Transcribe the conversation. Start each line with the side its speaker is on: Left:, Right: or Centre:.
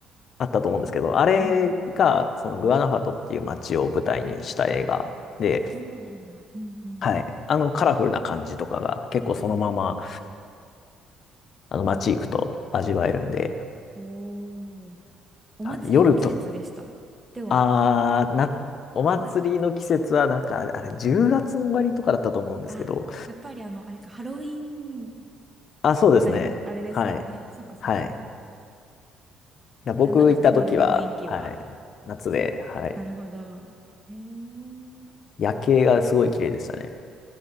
Left: あったと思うんですけど、あれが、
Right: うん。
Left: そのグアナファトっていう街を舞台にした映画で、
Right: そうなんだ。うんうん。
Left: はい。あの、カラフルな感じとかが結構そのまま、あの、街行くと味わえるんで、
Right: おーお祭りの季節でしたでは、
Left: はい、夜と、あー、な、お祭りの季節はなんか、
Right: な、
Left: あれ、10月の終わりとかだったと思うんですけど、
Right: あ、やっぱりあの、あれか、ハロウィーン
Left: あ、そうですね。
Right: ぐらいの、あれですよね。
Left: はい。
Right: そっかそっか。
Left: はい。だ僕行った時は、
Right: じゃなくてもでも雰囲気は。
Left: はい。夏で、はい。
Right: なるほど。へー
Left: 夜景がすごい綺麗でしたね。